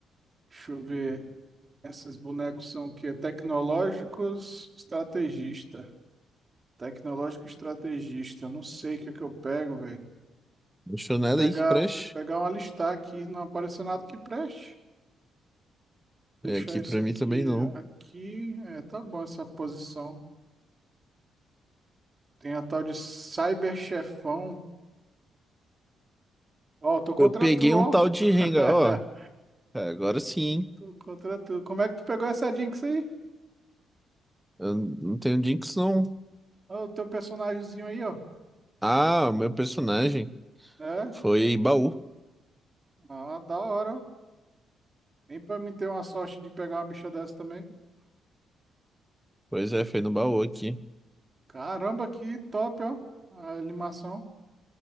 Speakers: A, on the right; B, in the centre.
A: Deixa eu ver. Esses bonecos são o quê? Tecnológicos, estrategista. Tecnológico estrategista. Não sei o que é que eu pego, velho.
B: Não achou nada
A: Vou pegar,
B: aí que preste.
A: pegar uma listar aqui, não apareceu nada que preste. Deixar
B: É, aqui
A: isso
B: pra
A: aqui,
B: mim também não.
A: aqui. É, tá bom essa posição. Tem a tal de cyberchefão. Ó, tô contra
B: Eu peguei
A: tu, ó.
B: um tal de
A: <laughs>
B: Rengar, ó. é, Agora sim, hein?
A: Tô contra tu. Como é que tu pegou essa Jinx aí?
B: Eu não tenho Jinx, não.
A: Ó, o teu personagemzinho aí, ó.
B: Ah, o meu personagem
A: É?
B: foi baú.
A: Ah, da hora, ó. Nem pra mim ter uma sorte de pegar uma bicha dessa também.
B: Pois é, foi no baú aqui.
A: Caramba, que top, ó. A animação.